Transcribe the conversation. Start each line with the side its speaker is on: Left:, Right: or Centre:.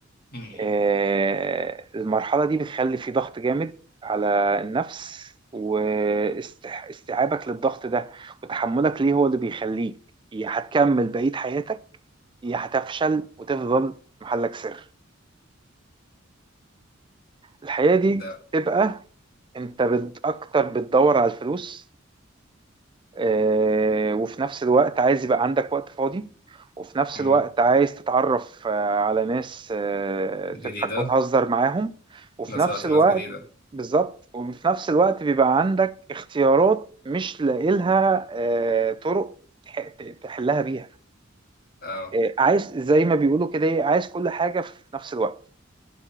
Left: مم.
Right: آه، المرحلة دي بتخلي في ضغط جامد على النفس واستيعابك للضغط ده وتحملك ليه هو اللي بيخليك يا هتكمل بقية حياتك يا هتفشل وتفضل محلك سر الحياة دي
Left: ده
Right: تبقى انت بت- اكتر بتدور على الفلوس آه، وفي نفس الوقت عايز يبقى عندك وقت فاضي وفي نفس
Left: مم.
Right: الوقت عايز تتعرف آه، على ناس آه،
Left: جديدة
Right: تضحك وتهزر معاهم وفي
Left: في نفس
Right: نفس
Left: الوقت
Right: الوقت
Left: ناس جديدة
Right: بالظبط وفي نفس الوقت بيبقى عندك اختيارات مش لاقيلها آه، طرق تح- ت- تحلها بيها
Left: اه
Right: آه، عايز زي ما بيقولوا كده إيه، عايز كل حاجة في نفس الوقت